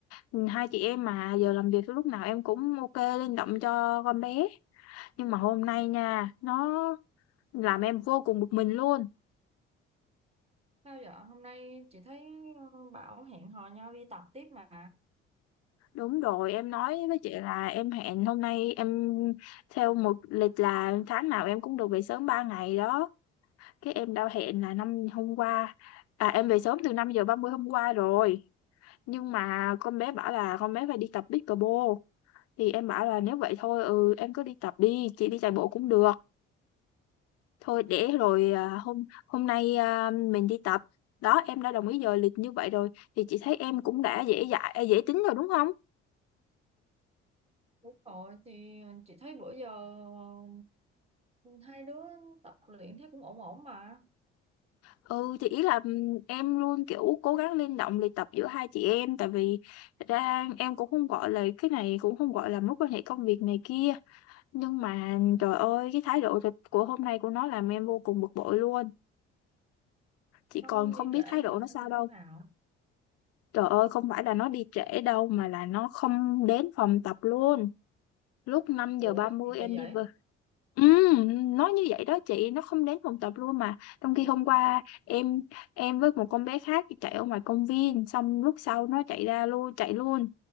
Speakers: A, on the left; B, on the right.
A: ừm, hai chị em mà giờ làm việc lúc nào em cũng ok linh động cho con bé nhưng mà hôm nay nha nó làm em vô cùng bực mình luôn
B: Sao vậy? Hôm nay chị thấy ờ, bảo hẹn hò nhau đi tập tiếp mà.
A: đúng rồi em nói với chị là em hẹn hôm nay em theo một lịch là tháng nào em cũng được về sớm 3 ngày đó cái em đã hẹn là năm hôm qua à em về sớm từ 5 giờ 30 hôm qua rồi nhưng mà con bé bảo là con bé phải đi tập pickleball thì em bảo là nếu vậy thôi ừ em cứ đi tập đi chị đi chạy bộ cũng được thôi để rồi à, hôm hôm nay à, mình đi tập đó em đã đồng ý giờ lịch như vậy rồi thì chị thấy em cũng đã dễ dãi dễ tính rồi đúng không
B: Đúng rồi, thì chị thấy bữa giờ ờ, hai đứa tập luyện thấy cũng ổn ổn mà.
A: Ừ thì ý là ừm, em luôn kiểu cố gắng linh động luyện tập giữa hai chị em tại vì thật ra em cũng không gọi là cái này cũng không gọi là mối quan hệ công việc này kia nhưng mà trời ơi cái thái độ thật của hôm nay của nó làm em vô cùng bực bội luôn chị
B: Nó
A: còn không
B: đi
A: biết
B: trễ hay
A: thái độ
B: là
A: nó sao
B: nó như
A: đâu
B: thế nào?
A: trời ơi không phải là nó đi trễ đâu mà là nó không đến phòng tập luôn lúc 5
B: Ủa,
A: giờ ba mươi
B: gì kỳ
A: em đi
B: vậy?
A: về Ừm, nói như vậy đó chị nó không đến phòng tập luôn mà trong khi hôm qua em em với một con bé khác chạy ở ngoài công viên xong lúc sau nó chạy ra luôn chạy luôn